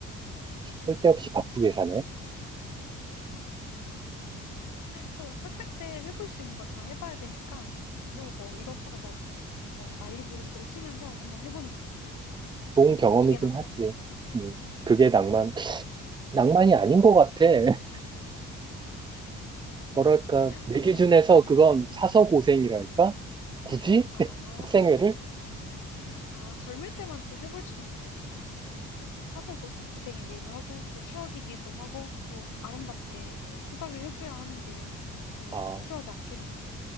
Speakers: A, on the left; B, on the right.
A: 음.
B: 쓸데없이 바쁘게 사네.
A: 또 학생 때 해볼 수 있는 건 다 해봐야 되니까 또
B: 음,
A: 뭐 이것저것 어, 난리부르스를 치면서 한번 해보는 거지.
B: 좋은
A: 음,
B: 경험이긴
A: 이게 낭만.
B: 하지.
A: 음.
B: 음, 그게 낭만. 낭만이 아닌 것 같아. <laughs> 뭐랄까, 내
A: 아니,
B: 기준에서
A: 이- 음.
B: 그건 사서 고생이랄까? 굳이?
A: 아,
B: <laughs> 학생회를?
A: 아, 젊을 때만 또 해볼 수 있는 어, 사서 고, 고생이기도 하고, 또 추억이기도 하고, 또 아름답게 이제 포장을 해줘야 하는 게 또
B: 아,
A: 필요하지 않겠니?